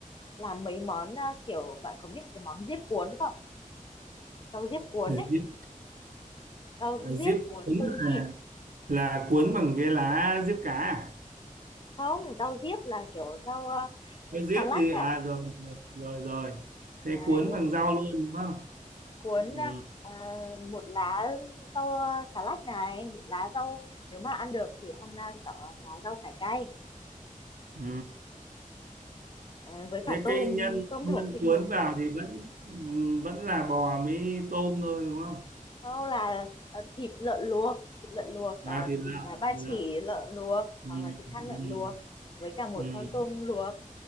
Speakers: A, on the left (about 35°); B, on the right (about 75°).
A: làm mấy món à, kiểu bạn có biết cái món diếp cuốn không rau diếp cuốn
B: diếp,
A: ấy rau
B: à,
A: diếp
B: diếp
A: cuốn
B: cuốn
A: tôm
B: là
A: thịt
B: là cuốn bằng cái lá diếp cá à
A: không rau diếp là kiểu rau ờ,
B: cái diếp
A: xà lách
B: gì à
A: à
B: rồi rồi rồi rồi. thế
A: đấy
B: cuốn bằng rau luôn đúng không
A: cuốn
B: ừ,
A: ờ, ờ, một lá rau ờ, xà lách này một lá rau nếu mà ăn được thì ăn ờ, rau, lá rau cải cay
B: ừ.
A: ờ, với cả
B: thế
A: tôm
B: cái nhân
A: tôm
B: nhân
A: luộc thịt
B: cuốn
A: luộc
B: vào thì vẫn ừ, vẫn là bò mới tôm thôi đúng không
A: sau là ờ, thịt lợn luộc thịt lợn luộc ờ,
B: à thì lợn
A: thịt ờ, ba
B: thịt lợn
A: chỉ lợn luộc
B: ừ,
A: hoặc là thịt thăn lợn
B: ừ,
A: luộc với cả một
B: ừ,
A: con tôm luộc